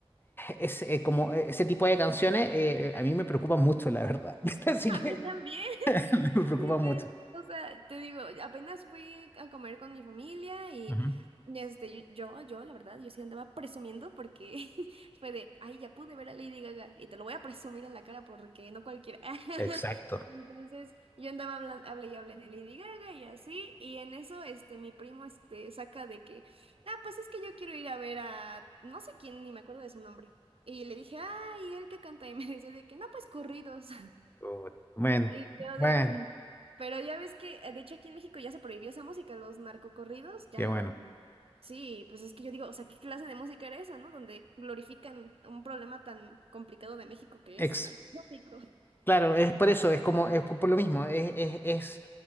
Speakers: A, on the left; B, on the right.
A: es, eh, como eh, ese tipo de canciones eh, a mí me preocupa mucho, la verdad. <laughs> Así
B: A
A: que
B: mí también.
A: <laughs> me preocupa
B: es
A: mucho.
B: que, o sea, te digo, apenas fui a comer con mi familia y
A: Ujú.
B: este, yo, yo, yo, la verdad, yo sí andaba presumiendo porque <laughs> fue de, ay, ya pude ver a Lady Gaga y te lo voy a presumir en la cara porque no cualquiera. <laughs>
A: Exacto.
B: Entonces, yo andaba hablando, hablé y hablé de Lady Gaga y así, y en eso, este, mi primo, este, saca de que, ah, pues es que yo quiero ir a ver a, no sé quién, ni me acuerdo de su nombre. Y le dije, ay, ¿y él que canta? Y me decía de que, no, pues corridos.
A: Ut- Bueno,
B: Y yo
A: bueno,
B: de... mm. Pero ya ves que, eh, de hecho, aquí en México ya se prohibió esa música, los narcocorridos, ya...
A: qué bueno.
B: Sí, pues es que yo digo, o sea, ¿qué clase de música era esa, no? Donde glorifican un problema tan complicado de México que
A: Ex,
B: es el narcotráfico.
A: claro, es por eso, es como, es por lo mismo, es, es, es-